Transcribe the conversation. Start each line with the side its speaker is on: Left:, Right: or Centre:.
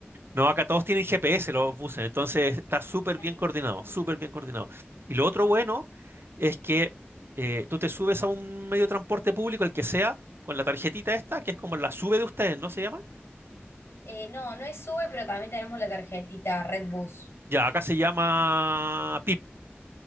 Right: No, acá todos tienen GPS los buses, entonces está súper
Left: <laughs> Ay,
Right: bien coordinado,
Left: qué bueno.
Right: súper bien coordinado. Y lo otro bueno es que eh, tú te subes a un medio de transporte público, el que sea, con la tarjetita esta, que es como la sube de ustedes, ¿no se llama?
Left: Eh, no, no es Sube, pero también tenemos la tarjetita Redbus.
Right: Ya, acá se llama PIP.